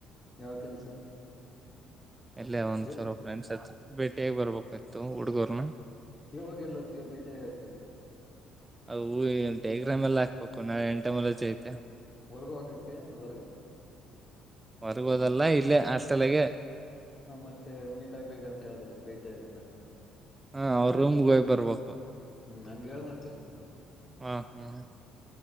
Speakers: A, on the left (about 30°); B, on the right (about 20°).
A: ಯಾವ್ ಕೆಲ್ಸ?
B: ಇಲ್ಲೇ ಒಂದ್
A: ಇವ
B: ಚೂರು ಫ್ರೆಂಡ್ಸ್ ಹ ಭೇಟಿಯಾಗಿ ಬರ್ಬೇಕಿತ್ತು ಹುಡ್ಗೂರ್ನ.
A: ಇವಾಗ ಎಲ್ಲೋಕ್ಕಿ ಬೇಟಿ ಆಗಕ್ಕ.
B: ಅ ಡಯಗ್ರಾಮೆಲ್ಲ ಹಾಕ್ಬೇಕು ನಾಳೆ ಎಂಟ <unintelligible> ಐತೆ
A: ಹೊರ್ಗೋಕತ್ತಿನ್ ಹೊರಗೆ.
B: ಹೊರ್ಗೋದಲ್ಲ ಇಲ್ಲೆ ಹಸ್ಟೆಲ್ಲಾಗೆ.
A: ಹ ಮತ್ತೆ ಮೀಟ್ ಆಗ್ಬೇಕಂತ ಹೇಳ್ದಲ್ಲ ಬೇಟಿ ಆಗ್ಬೇಕಂತ.
B: ಹ ಅವ್ರ ರೂಮ್ಗೆ ಹೋಗಿ ಬರ್ಬೇಕು
A: ಹ್ಮ್ ಹಂಗ ಹೇಳ್ ಮತ್ತೆ.
B: ಹ ಹ್ಮ್